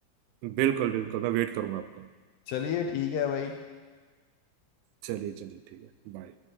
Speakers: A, on the right; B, on the left.
A: बिल्कुल बिल्कुल मैं वेट करूंगा आपका
B: चलिए ठीक है भाई
A: चलिए चलिए ठीक है बाय